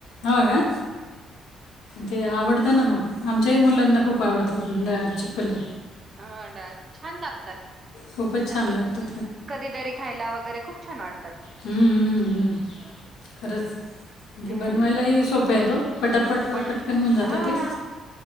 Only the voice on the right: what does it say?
हां डाळ. छान लागतात
असं
कधीतरी खायला वगैरे खूप छान वाटतं.
हम्म
पण
हा